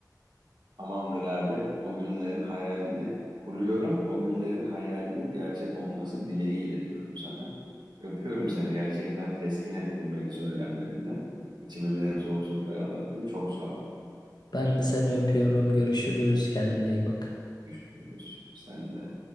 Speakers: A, on the right; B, on the left.
A: Tamamdır abi. O günlerin hayalini kuruyorum. O günlerin hayalinin gerçek olması dileğiyle diyorum sana. Öpüyorum seni. Gerçekten teskin ettin beni söylemlerinle. İçimi bir nebze olsun ferahlattın. Çok sağ ol.
B: Ben de seni öpüyorum. Görüşürüz. Kendine iyi bak.
A: Düşünürüz. Sen de.